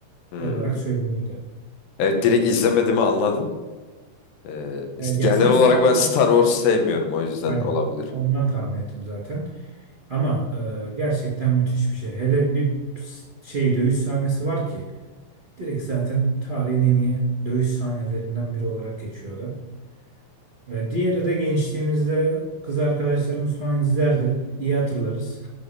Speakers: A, on the left; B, on the right.
A: Hmm.
B: olarak söyleniyordu.
A: Evet direkt izlemediğimi anladın. Ee,
B: Evet,
A: genel
B: ya sen
A: olarak
B: Star
A: ben
B: Wars
A: Star Wars sevmiyorum o yüzden
B: aynen
A: olabilir.
B: ondan tahmin ettim zaten. Ama e, gerçekten müthiş bir şey. Hele bir s- şey dövüş sahnesi var ki direkt zaten tarihin en iyi dövüş sahnelerinden biri olarak geçiyordu. E, diğeri de gençliğimizde kız arkadaşlarımız falan izlerdi. İyi hatırlarız.